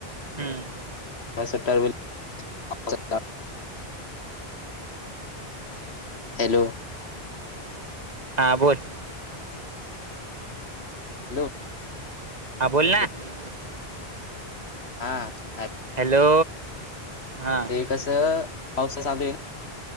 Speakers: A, on the right (about 40°); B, on the left (about 85°).
A: हम्म.
B: ्ट <unintelligible> हॅलो. <unintelligible>
A: हा बोल. <unintelligible>
B: हॅलो. <unintelligible>
A: हां बोल
B: हॅलो
A: ना. <unintelligible>
B: हा. <unintelligible>
A: हॅलो हां.
B: ते
A: <unintelligible>
B: कसं पावसा चालू आहे ना. <unintelligible>